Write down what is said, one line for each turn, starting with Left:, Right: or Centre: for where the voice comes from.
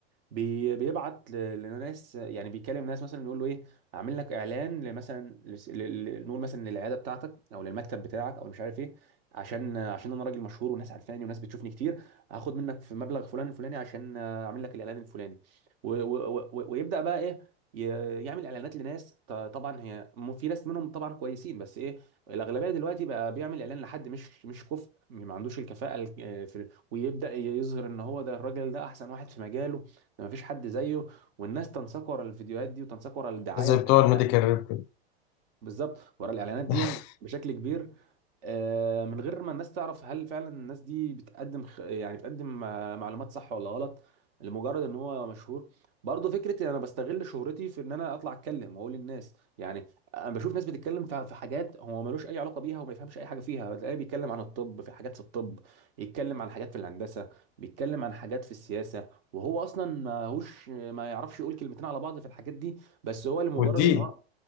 Right: بي بيبعت ل- لناس يعني بيكلم ناس مثلا يقول له ايه اعمل لك اعلان لمثلا لس- ل- ل- نقول مثلا للعياده بتاعتك او للمكتب بتاعك او مش عارف ايه عشان عشان انا راجل مشهور وناس عارفاني وناس بتشوفني كتير هاخد منك في مبلغ فلان الفلاني عشان اعمل لك الاعلان الفلاني و و و ويبدا بقى ايه ي- يعمل اعلانات لناس ط- طبعا هي م- في ناس منهم طبعا كويسين بس ايه الاغلبيه دلوقتي بقى بيعمل اعلان لحد مش مش كفء ما عندوش الكفاءه ال- في ويبدا يظهر ان هو ده الراجل ده احسن واحد في مجاله ده مفيش حد زيه والناس تنساق ورا الفيديوهات دي وتنساق ورا الدعايه
Left: زي بتوع
Right: والإع- والاعلان
Left: الميديكال ريب كده
Right: بالظبط ورا الاعلانات دي
Left: <laughs>
Right: بش- بشكل كبير آه، من غير ما الناس تعرف هل فعلا الناس دي بتقدم خ- يعني بتقدم آه، معلومات صح ولا غلط لمجرد ان هو مشهور برضه فكره ان انا بستغل شهرتي في ان انا اطلع اتكلم واقول للناس يعني انا بشوف ناس بتتكلم في في حاجات هو ملوش اي علاقه بيها وما يفهمش اي حاجه فيها تلاقيه بيتكلم عن الطب في حاجات في الطب يتكلم عن حاجات في الهندسه بيتكلم عن حاجات في السياسه وهو اصلا ما هوش ما يعرفش يقول كلمتين على بعض في الحاجات دي بس هو لمجرد
Left: والدين
Right: ان هو